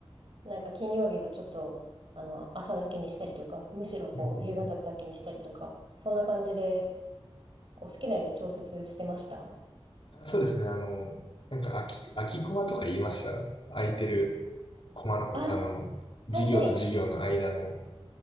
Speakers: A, on the right (about 60°); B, on the left (about 60°).
A: なんか金曜日はちょっと、あの、朝だけにしたりとか、むしろこう、
B: うんうんうん
A: 夕方だけにしたりとか、そんな感じで、こう、好きなように調節してました。
B: そうですね、あの、なんか空き、空きコマとか言いました空いてるコマのこと、
A: あ
B: あの、授業と授業の間の
A: はいはい。